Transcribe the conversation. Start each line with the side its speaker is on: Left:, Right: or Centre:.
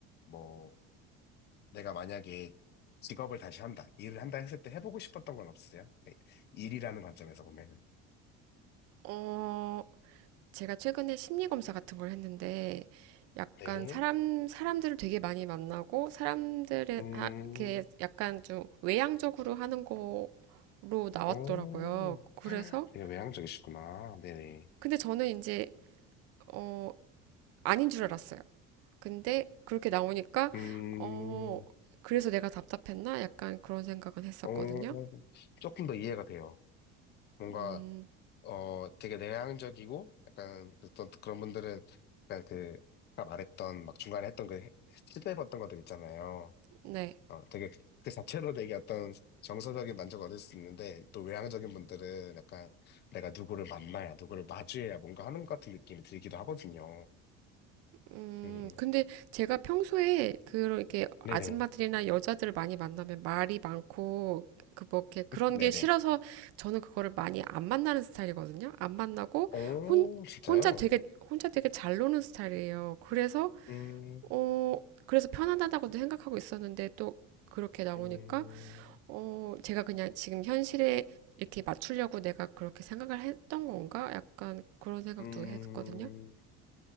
Left: 뭐 내가 만약에 직업을 다시 한다, 일을 한다 했을 때 해보고 싶었던 건 없으세요? 네, 일이라는 관점에서 보면은.
Right: 어, 제가 최근에 심리 검사 같은 걸 했는데 약간
Left: 네.
Right: 사람, 사람들을 되게 많이 만나고 사람들의,
Left: 음,
Right: 아, 이렇게 약간 좀 외향적으로 하는 거로 나왔더라고요.
Left: 오
Right: 그래서,
Left: 되게 외향적이시구나. 네네.
Right: 근데 저는 이제 어, 아닌 줄 알았어요. 근데 그렇게 나오니까
Left: 음,
Right: 어 그래서 내가 답답했나? 약간 그런 생각은 했었거든요.
Left: 어, 조금 더 이해가 돼요. 뭔가,
Right: 음,
Left: 어, 되게 내향적이고, 약간, 어떤 그런 분들은, 약간 그, 아까 말했던, 막 중간에 했던 그, 시도해봤던 것들 있잖아요.
Right: 네.
Left: 어, 되게 그 자체로 되게 어떤 정서적인 만족을 얻을 수 있는데 또 외향적인 분들은 약간 내가 누구를 만나야 누구를 마주해야 뭔가 하는 것 같은 느낌이 들기도 하거든요.
Right: 음,
Left: 음, 음.
Right: 근데 제가 평소에 그렇게 아줌마들이나
Left: 네네,
Right: 여자들 을 많이 만나면 말이 많고 그 뭐 이렇게 그런
Left: 네네.
Right: 게 싫어서 저는 그거를 많이 안 만나는 스타일이거든요. 안 만나고
Left: 오,
Right: 혼
Left: 진짜요?
Right: 혼자 되게 혼자 되게 잘 노는 스타일이에요. 그래서
Left: 음,
Right: 어 그래서 편안하다고도 생각하고 있었는데 또 그렇게 나오니까
Left: 음,
Right: 어, 제가 그냥 지금 현실에 이렇게 맞추려고 내가 그렇게 생각을 했던 건가? 약간 그런 생각도
Left: 음.
Right: 했거든요.